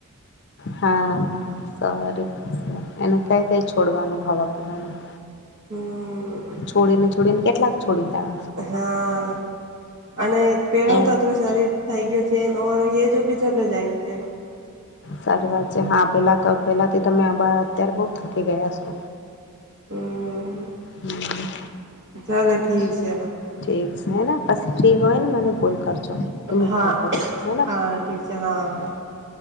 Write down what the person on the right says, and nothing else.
હમ
હા અને પહેલા
તોત્રો શરીર. થઈ ગયું છે નો હેજો પીચર લ જાય છે.
હમ
ચાલો ઠીક છે વા.
હા
હા ઠીક છે હા